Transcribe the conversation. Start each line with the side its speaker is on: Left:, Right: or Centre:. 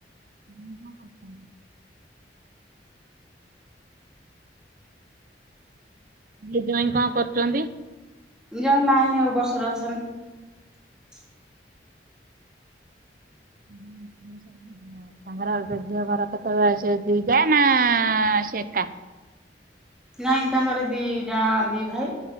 Right: ମୋର ହବନି। ଝିଅ ଜ୍ୱାଇଁ କଣ କରୁଛନ୍ତି?
Centre: ଜଣେ ଲାଇନ୍ ଓଭର୍ଷର ଅଛନ୍ତି।
Right: ହୁଁ। ତାଙ୍କର ଆଉ ଘର <unintelligible> ଦି ଯା ନା ସେ ଏକା।
Centre: ନାଇଁ ତାଙ୍କର ଦି ଯା ଦି ଭାଇ।